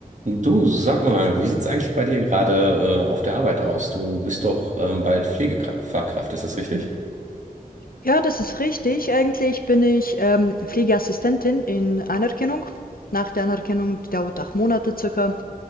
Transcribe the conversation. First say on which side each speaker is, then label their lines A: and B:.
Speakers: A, on the right; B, on the left.
A: Du, sag mal, wie sieht's eigentlich bei dir gerade äh, auf der Arbeit aus? Du bist doch ähm, bald Pflegefachkraft, ist das richtig?
B: Ja, das ist richtig. Eigentlich bin ich, ähm, Pflegeassistentin in Anerkennung. Nach der Anerkennung, die dauert 8 Monate circa.